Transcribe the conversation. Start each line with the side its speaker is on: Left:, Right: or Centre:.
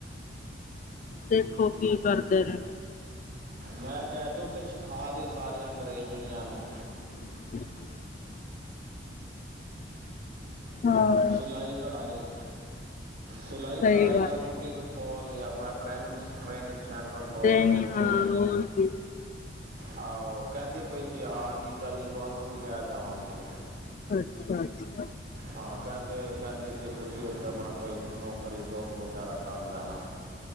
Left: ਦੇਖੋ ਕੀ ਕਰਦੇ ਨੇ।
Right: ਮੈਂ ਕਯਾ ਸੀ ਓਥੇ ਸਿਖਾਂ ਦੇ ਸਾਰੀਆਂ ਅੰਗਰੇਜ਼ਣੀਆਂ ਨੂੰ।
Left: <inaudible> ਹਾਂ
Right: ਸਿਲਾਈ ਕਢਾਈ, ਸਿਲਾਈ
Left: ਸਹੀ
Right: ਕਢਾਈ
Left: ਗੱਲ
Right: ਦਾ
Left: ਹੈ
Right: ਬੂਟੀਕ ਖੋਲ ਲੀ ਆਪਣਾ ਟ੍ਰੈਨਿੰਗ, ਟ੍ਰੇਨਿੰਗ ਸੈਂਟਰ ਖੋਲ
Left: ਤੇ
Right: ਲੀ ਓਥੇ।
Left: ਹਾਂ ਹੋਰ ਕੀ
Right: ਆਹੋ ਕੈਂਦੀ ਪਈ ਸੀ ਹਾਂ ਜੀਜਾ ਜੀ ਤੁਆਨੂੰ ਵੀ ਲੈ ਜਾਵਾਂਗੀ।
Left: ਅੱਛਾ-ਅੱਛਾ।
Right: ਹਾਂ। ਕਹਿੰਦੇ, ਕਹਿੰਦੇ ਸੀ ਤੁਸੀਂ ਉੱਥੇ ਆਪਣਾ ਕੋਈ, ਨੌਕਰੀ -ਜੋਬ ਵਗੈਰਾ ਕਰ ਲੈਣਾ।